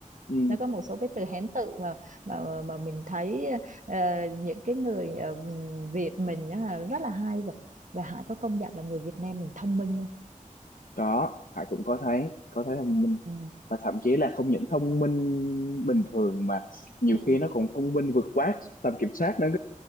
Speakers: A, on the left (about 80°); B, on the right (about 65°).
A: ừ.
B: nó có một số cái từ Hán tự mà mà mà mình thấy ờ, những cái người ờ, Việt mình á là rất là hay và và Hải có công nhận là người Việt Nam mình thông minh không?
A: có Hải cũng có thấy có thấy thông minh
B: ừ.
A: và thậm chí là không những thông minh bình thường mà nhiều
B: Ừ.
A: khi nó còn thông minh vượt quá tầm kiểm soát nữa